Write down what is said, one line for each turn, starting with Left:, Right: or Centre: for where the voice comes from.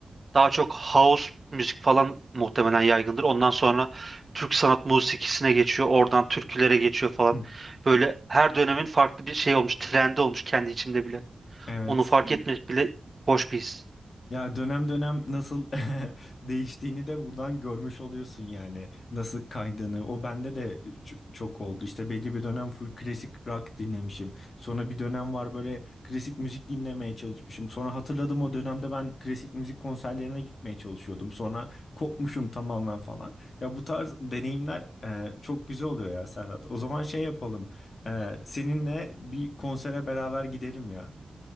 Right: daha çok house müzik falan muhtemelen yaygındır. Ondan sonra Türk sanat musikisine geçiyor. Oradan türkülere geçiyor falan.
Left: Hı.
Right: Böyle her dönemin farklı bir şey olmuş. Trendi olmuş kendi içimde bile.
Left: Evet.
Right: Onu fark etmek bile hoş bir his.
Left: Ya dönem dönem nasıl <laughs> değiştiğini de buradan görmüş oluyorsun yani. Nasıl kaydığını. O bende de ç- çok oldu. İşte belli bir dönem full klasik rock dinlemişim. Sonra bir dönem var böyle klasik müzik dinlemeye çalışmışım. Sonra hatırladım o dönemde ben klasik müzik konserlerine gitmeye çalışıyordum. Sonra kopmuşum tamamen falan. Ya bu tarz deneyimler e, çok güzel oluyor ya Serhat. O zaman şey yapalım. E, seninle bir konsere beraber gidelim ya.